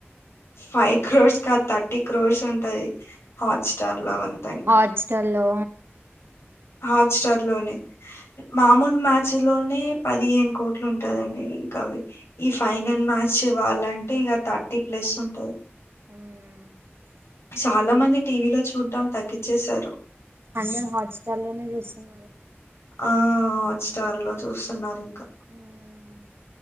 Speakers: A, on the left (about 75°); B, on the right (about 60°).
A: ఫైవ్ క్రోర్స్ కాద్ థర్టీ క్రోర్స్ ఉంటది హాట్ స్టార్ లో అవంతా ఇంకా
B: హాట్ స్టార్ లో
A: హాట్ స్టార్ లోనే మామూలు మ్యాచ్ లోనే పదిహేను కోట్లు ఉంటదండి అవి ఈ ఫైనల్ మ్యాచ్ ఇవ్వాలంటే ఇంగా థర్టీ ప్లస్ ఉంటది
B: మ్
A: చాలా మంది టీవీలో చూడ్డం తగ్గిచేసారు
B: అందరు హాట్ స్టార్ లోనే జూస్తున్నారు
A: ఆ హాట్ స్టార్ లో జూస్తున్నారు ఇంకా
B: మ్మ్